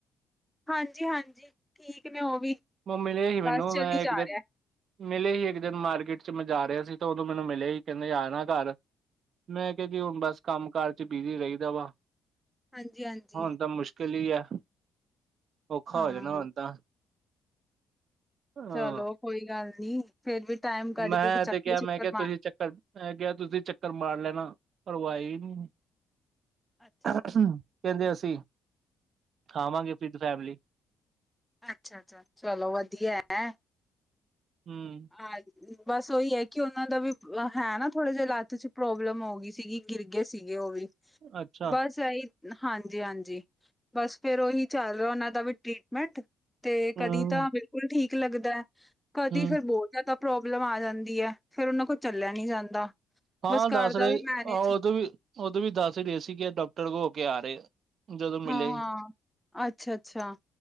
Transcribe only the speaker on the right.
ਮੰਮੀ ਮਿਲੇ ਮੈਨੂੰ,
ਮੈਂ ਇੱਕ
ਦਿਨ
ਮਿਲੇ ਹੀ ਇੱਕ ਦਿਨ ਮਾਰਕੀਟ ਚ, ਮੈਂ, ਜਾ ਰਿਹਾ ਸੀ ਤੇ ਉਦੋਂ ਮੈਨੂੰ ਮਿਲੇ ਸੀ, ਕਹਿੰਦੇ ਆ ਨਾ ਘਰ ਮੈਂ, ਕਿਹਾ ਜੀ ਹੁਣ ਬਸ ਕੰਮ ਕਾਰ ਚ, ਬਿਜੀੀ ਰਹੀਦਾ ਵਾ
ਹੁਣ, ਤਾਂ ਮੁਸ਼ਕਿਲ ਹੀ ਆ, ਔਖਾ
ਹੋ ਜਾਣਾ ਹੁਣ ਤਾਂ ਹਾਂ।
ਮੈਂ
ਤੇ ਕਿਹਾ
ਮੈਂ ਕਿਹਾ
ਤੁਸੀਂ ਮੈਂ ਕਿਹਾ, ਤੁਸੀਂ ਚੱਕਰ ਮਾਰ ਲੈਣਾ, ਪਰ ਵਾਈ ਨਹੀਂ
ਕਹਿੰਦੇ,
ਅਸੀਂ ਖਾਵਾਂਗੇ, ਫੀਤ ਫੈਮਿਲੀ
ਹਮ
ਅੱਛਾ
ਹੂੰ,
ਹੂੰ
ਹਾਂ,
ਦੱਸ
ਰਹੇ,
ਉਦੋਂ ਵੀ ਉਦੋਂ ਵੀ ਦੱਸ ਰਹੇ ਸੀਗੇ, ਡਾਕਟਰ ਹੋ ਕੇ ਆ ਰਹੇ। ਜਦੋਂ ਮਿਲੇ